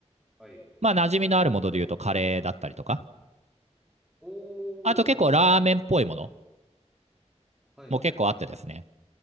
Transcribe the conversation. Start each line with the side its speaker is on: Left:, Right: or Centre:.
Centre: はい。
Right: まあ、馴染みのあるもので言うとカレーだったりとか、
Centre: おー、
Right: あと結構ラーメンっぽいもの
Centre: なるほど。はいはいはいはい。
Right: も結構あってですね、